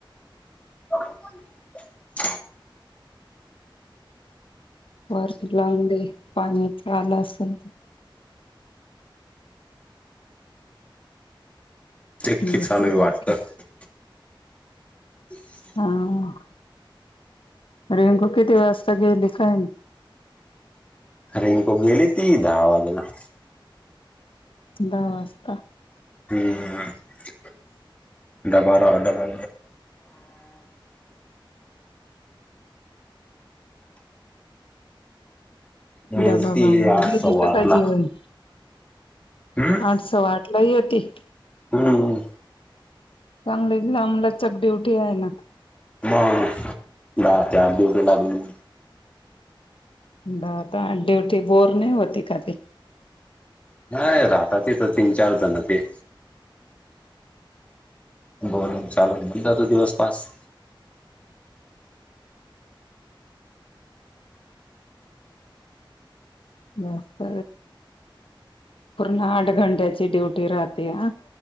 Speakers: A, on the left (about 15°); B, on the left (about 80°).
A: <unintelligible>
B: वरती लावुन दे पाण्याच. आल असेल तर.
A: तेकी
B: दुसर
A: चालू आहे
B: बाकीच
A: वाटत. <inaudible>
B: हा रींकू किती वाजता गेली काय नही.
A: रिंकू गेली ती दहा वाजेला.
B: दहा वाजता.
A: हम्म डबा राव डबा मिलती
B: डबा बांधून
A: आठ
B: गेली
A: सवा
B: का
A: आठला.
B: काय जेवण
A: हम्म
B: आठ सव्वा आठला येती.
A: हम्म
B: चांगलीच लांब लचक ड्युटी आहे ना.
A: मग दहा ते आठ दिवटी लागली.
B: दहा ते आठ ड्युटी, बोर नाही होती का ते.
A: नाही राहता तिथ तीन चार जण ते. बोलुन चालून होऊन जातो दिवस पास.
B: मस्त पूर्ण आठ घंट्याची ड्युटी राहते ह.